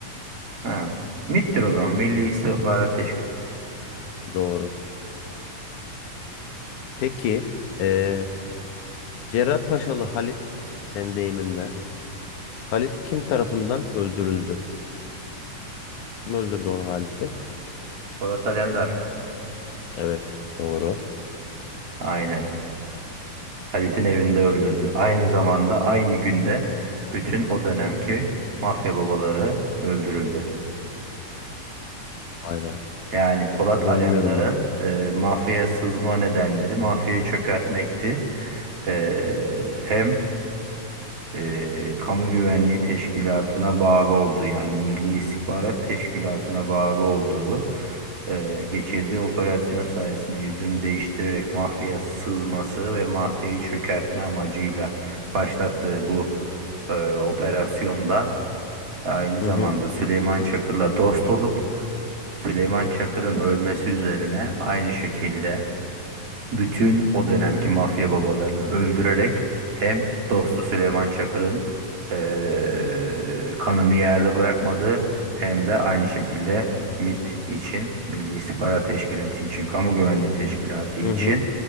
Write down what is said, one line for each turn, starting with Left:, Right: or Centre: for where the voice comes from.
Right: Ha. MİT'tir o zaman. Milli İstihbarat Teşkilatı.
Left: Doğru. Peki, e, Cerrahpaşalı Halit senin deyiminle. Halit kim tarafından öldürüldü? Kim öldürdü onu Halit'i?
Right: Polat Alemdar.
Left: Evet, doğru.
Right: Aynen. Halit'in evinde öldürdü. Aynı zamanda aynı günde bütün o dönemki mafya babaları öldürüldü.
Left: Vay be.
Right: Yani Polat
Left: Bunu
Right: Alemdar'ın
Left: bilmiyordum ben.
Right: e, mafyaya sızma nedenleri mafyayı çökertmekti. E, hem e, Kamu Güvenliği Teşkilatı'na bağlı olduğu yani Milli İstihbarat Teşkilatı'na bağlı olduğu e, geçirdiği operasyon sayesinde yüzünü değiştirerek mafyaya sızması ve mafyayı çökertme amacıyla başlattığı bu e, operasyonda aynı zamanda
Left: Hı hı.
Right: Süleyman Çakır'la dost olup Süleyman Çakır'ın ölmesi üzerine aynı şekilde bütün o dönemki mafya babalarını öldürerek hem dostu Süleyman Çakır'ın eee, kanını yerde bırakmadı hem de aynı şekilde MIT için Milli İstihbarat Teşkilatı için Kamu Güvenliği Teşkilatı için
Left: Hı hı.